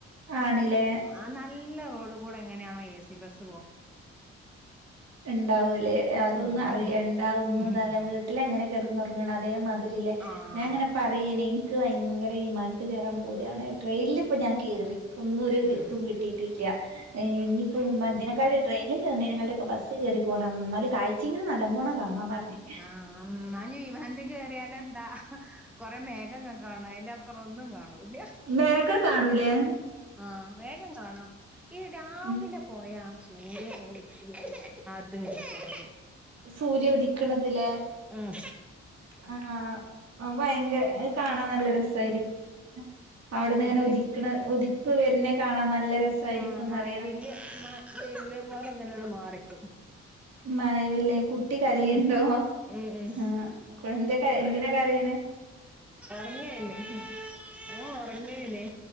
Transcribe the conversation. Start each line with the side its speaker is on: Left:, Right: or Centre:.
Right: ആണിലേ
Centre: ആ നല്ല റോഡ് കൂടെ എങ്ങനെയാണോ എ സി ബസ്
Right: ഉണ്ടാവൂലേ അതൊന്നും
Centre: ഉം
Right: അറിയ
Centre: ഉം
Right: ണ്ടാഉമ്മു
Centre: ഉം
Right: തന്നെ വീട്ട് ട്ടിലങ്ങനെ കെടന്നുറങ്ങണം അതേമാതിരിലെ
Centre: ആഹ്
Right: ഞാൻങ്ങനെ പറയനേ ക്ക്ഭയങ്കരവിമാനത്ത് കേറപൂതിയാവുണ്‌ ട്രെയിനിൽ പ്പോ ഞാൻ കേറിക്ന്നോ രു
Centre: ഉം
Right: ഇതും കിട്ടി ട്ടില്ല ഇനിയിപ്പ മതിനേക്കാളും ട്രെയി നിൽ കേർണക്കാട്ടിയൊക്കെ ബസ്സ് കേറി പോണം ഉം ന്നാല് കാഴ്ചെങ്ങിലും നല്ല ബോണെ കാണാന്നറീഞ്ഞ്
Centre: ആഹ് ആന്നാഞ്ഞ് വിമാൻത്ത് കേറിയാലെന്താ കൊറെ മേഘങ്ങൾകാണും അയിന്റെഅപ് പറൊന്നും കാണൂല്ല
Right: മേഘം കാണൂലേ
Centre: ആഹ് മേഘം കാണും ഈ രാവിലെ
Right: ഉം,
Centre: പോയ <unintelligible>
Right: സൂര്യ ഉദിക്കണതിലേ
Centre: ഉം
Right: ആഹ് ആ ഭയങ്ക ആഹ് കാണാൻ നല്ല രസായിരിക്കും അവിടുന്ന്ങ്ങനെ
Centre: എന്ത്
Right: ഉദക്കണേ ഉതിപ്പ് വരുന്നേ കാണാ നല്ല രസായിരിക്കുംന്നറിയാം
Centre: ആ മഴവില്ല് മ വില്ല് പോലെ ങ്ങനെര് മാറിക്കും
Right: മഴവില്ലെ കു കുട്ടി കരയുണ്ടോ
Centre: ഉം ഉം ഉം
Right: ഹ്‌ കൊണ്ട് കാ എന്തിനാ കരീണേ
Centre: ഒരങ്ങേ നെഹ് ഓൻ ഉറങ്ങേനെ